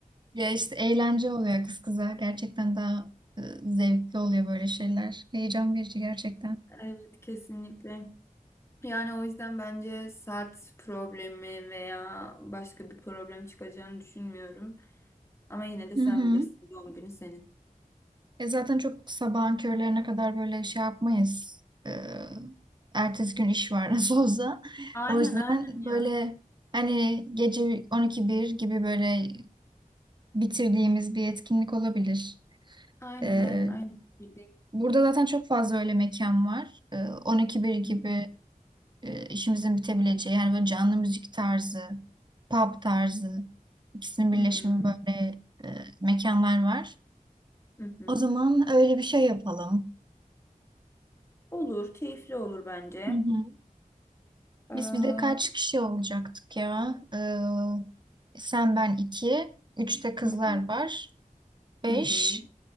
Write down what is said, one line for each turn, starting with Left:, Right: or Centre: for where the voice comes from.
Right: Ya işte eğlence oluyor kız kıza. Gerçekten daha e, zevkli oluyor böyle şeyler. Heyecan verici gerçekten.
Left: Evet kesinlikle. Yani o yüzden bence saat problemi veya başka bir problem çıkacağını düşünmüyorum. Ama yine de
Right: Hı
Left: sen
Right: hı.
Left: bilirsin doğum günü senin.
Right: E zaten çok sabahın körlerine kadar böyle şey yapmayız. E, ertesi gün iş var <laughs> nasıl olsa.
Left: Aynen
Right: O yüzden
Left: aynen ya.
Right: böyle hani gece 12-1 gibi böyle bitirdiğimiz bir etkinlik olabilir.
Left: Aynen
Right: E,
Left: aynen aynı fikirdeyim.
Right: burada zaten çok fazla öyle mekan var. E, 12-1 gibi
Left: Hı
Right: e, işimizin bitebileceği yani böyle canlı müzik tarzı, pub tarzı ikisinin birleşimi
Left: hı hı hı.
Right: böyle e, mekanlar var.
Left: hı. hı.
Right: O zaman öyle bir şey yapalım.
Left: Olur, keyifli olur bence.
Right: Hı hı.
Left: Aa,
Right: Biz bir de kaç kişi olacaktık ya? Ee, sen ben iki, üç de kızlar
Left: hı hı
Right: var, beş.
Left: hı hı.